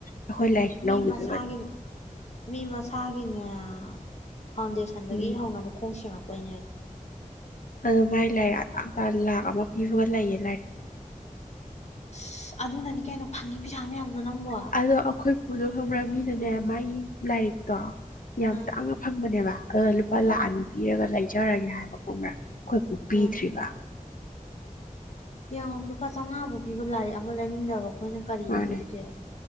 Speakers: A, on the left (about 70°); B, on the left (about 50°).
A: ꯑꯩꯈꯣꯏ ꯂꯥꯏꯔꯤꯛ
B: ꯃꯤ
A: ꯂꯧꯈꯤꯗꯣꯏꯕ
B: ꯃꯁꯥꯒꯤ ꯃꯤ ꯃꯁꯥꯒꯤ ꯒꯤꯅꯦ ꯐꯥꯎꯟꯗꯦꯁꯟꯗꯒꯤ
A: ꯎꯝ
B: ꯍꯧꯅ ꯃꯈꯣꯡ ꯁꯦꯡꯉꯛ ꯑꯣꯏꯅ
A: ꯑꯗꯨ ꯃꯥꯏ ꯂꯥꯢꯔꯤꯛ ꯑꯇꯥꯡ ꯑꯇꯥꯡ ꯂꯥꯛ ꯑꯃ ꯄꯤꯕꯒ ꯂꯩꯌꯦ ꯂꯥꯏꯔꯤꯛ
B: ꯑꯁ ꯑꯗꯨꯅꯅꯤ ꯀꯩꯅꯣ ꯐꯪꯉꯤ ꯄꯩꯁꯥ ꯃꯌꯥꯝꯗꯣ ꯅꯪꯕꯣ
A: ꯑꯗꯣ ꯑꯩꯈꯣꯏ ꯄꯨꯗꯣ ꯈꯪꯕ꯭ꯔ ꯃꯤꯅꯅꯦ ꯃꯥꯒꯤ ꯂꯥꯏꯔꯤꯛꯇꯣ ꯌꯥꯝ
B: ꯎꯝ
A: ꯇꯥꯡꯅ ꯐꯪꯕꯅꯦꯕ ꯑꯗꯨꯅ ꯂꯨꯄꯥ
B: ꯎꯝ
A: ꯂꯥꯛ ꯑꯅꯤ ꯄꯤꯔꯒ ꯂꯩ ꯆꯠꯆꯔꯒꯦ ꯍꯥꯏꯕ ꯈꯣꯝꯕ꯭ꯔ ꯑꯈꯣꯏꯕꯨꯛ ꯄꯤꯗ꯭ꯔꯤꯕ
B: ꯎꯝ ꯌꯦꯡꯉꯣ ꯂꯨꯄꯥ ꯆꯝꯉꯥꯕꯧ ꯄꯤꯕ ꯂꯥꯏꯔꯤꯛ ꯑꯃ ꯂꯩꯅꯤꯡꯗꯕ ꯑꯩꯈꯣꯏꯅ ꯀꯔꯤ
A: ꯃꯥꯅꯦ
B: ꯑꯣꯏꯗꯨꯔꯤꯒꯦ